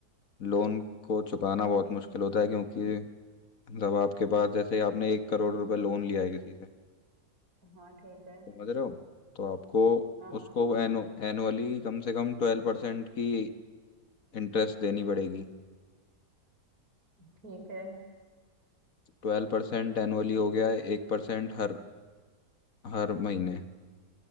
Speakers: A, on the left; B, on the right.
A: लोन को चुकाना बहुत मुश्किल होता है क्योंकि जब आपके पास जैसे आपने एक करोड़ रुपए लोन लिया है किसी से
B: हाँ ठीक है
A: समझ रहे हो तो आपको
B: हाँ हाँ
A: उसको एनु, एनुअली कम से कम ट्वेल्व परसेंट की इंटरेस्ट देनी पड़ेगी
B: ठीक है
A: ट्वेल्व परसेंट एनुअली हो गया है एक परसेंट हर हर महीने